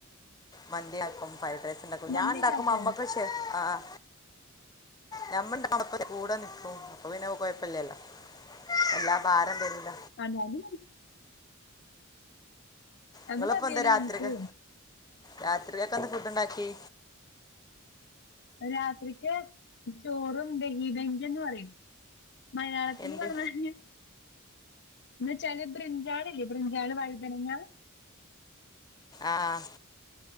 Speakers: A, on the left; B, on the left.
A: മന്തിയാക്കും ഫൈഡ്രൈസിണ്ടാക്കും
B: മന്തി
A: ഞാണ്ടാക്കുമ്പോ
B: ഉണ്ടാക്കുവോ
A: അമ്മക്കൊരു ആഹ് ആഹ് നമ്മള്ണ്ടാക്കു മ്പ കൂടെ നിക്കും അപ്പൊ പിന്നെ കൊയ്പ്പല്ല്യല്ലോ എല്ലാ ഭാരം വരൂല
B: അതായത് അത്
A: ഇങ്ങളിപ്പെന്താ
B: മതിയല്ലോ
A: രാത്രിക്ക്‌
B: നമുക്ക്
A: രാത്രിലേക്കെന്താ ഫുഡ്ഡ് ഇണ്ടാക്ക്യേ
B: രാത്രിക്ക് ചോറും ബെഹിബെഞ്ചന്ന് പറെം മലയാളത്തില്
A: എന്ത്
B: പറഞ്ഞാല് ന്നു വെച്ചാല് ബൃഞ്ചാള് ഇല്ലേ ബൃഞ്ചാള് വഴ്തൻങ്ങ
A: ആഹ്